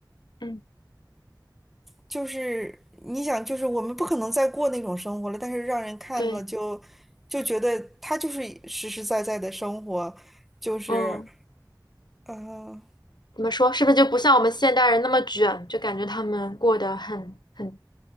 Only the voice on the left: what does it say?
嗯，
对，
嗯，
怎么说？是不是就不像我们现代人那么卷，就感觉他们过得很很